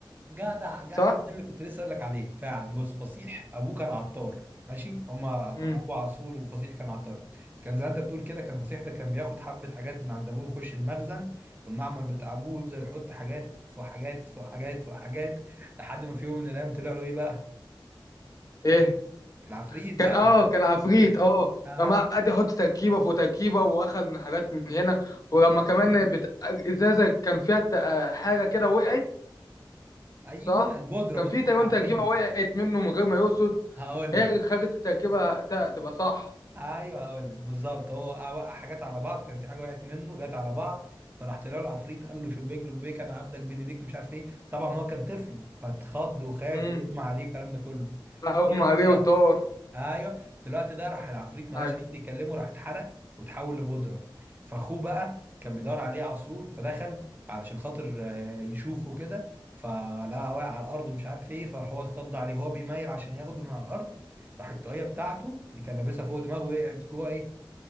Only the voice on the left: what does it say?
صح
امم
ايه
كان
اه كان عفريت اه
لما قعد يحط تركيبه فوق تركيبه واخد من حاجات من هنا ولما كمان بت... ازازه كان فيها ت- آه، حاجه كده وقعت
صح
كان
في تقريبا
تركيبه وقعت منه من غير ما يقصد
هي
اللي خلت التركيبه ت- تبقى صح
امم
اغمى
عليه
وطار
ايوه